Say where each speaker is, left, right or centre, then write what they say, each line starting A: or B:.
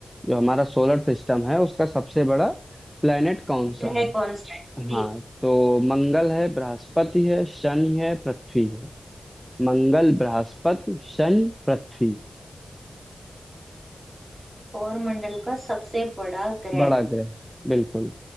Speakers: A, in the centre; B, on the right.
A: जो हमारा सोलर सिस्टम है उसका सबसे बड़ा प्लेनेट कौन
B: ग्रह
A: सा है
B: कौन सा है जी
A: हाँ तो मंगल है बृहस्पति है शनि है पृथ्वी है मंगल बृहस्पति शनि पृथ्वी
B: सौरमंडल का सबसे बड़ा ग्रह
A: बड़ा ग्रह बिल्कुल